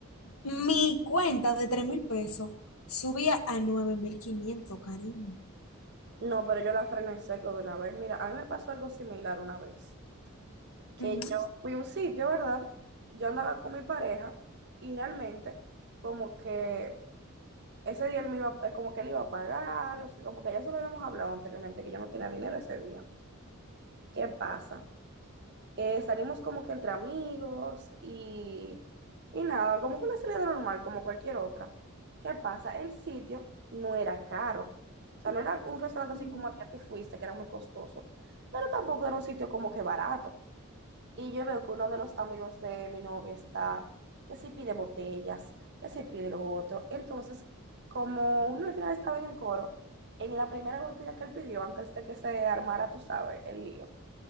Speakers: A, on the left; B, on the right.
A: Mi cuenta de 3 mil pesos subía a nueve mil quinientos cariño.
B: no, pero yo la frené en seco de una vez. Mira, a mí me pasó algo similar una vez, que
A: Ujú.
B: yo fui a un sitio, ¿verdad? Yo andaba con mi pareja y realmente como que... ese día él me iba, eh, como que él iba a pagar, o sea, como que ya se lo habíamos hablado anteriormente, que yo no tenía dinero ese día. ¿Qué pasa? Eh, salimos como que entre amigos y, y nada, como que una salida normal, como cualquier otra. ¿Qué pasa? El sitio no era caro. O sea, no era un restaurante
A: Ujú,
B: así como al que tú fuiste, que era muy costoso, pero tampoco era un sitio como que barato. Y yo veo que uno de los amigos de mi novia está, que si pide botellas, que si pide lo otro. Entonces, como uno al final estaba en el coro, en la primera botella que él pidió, antes de que se armara, tú sabes, el lío,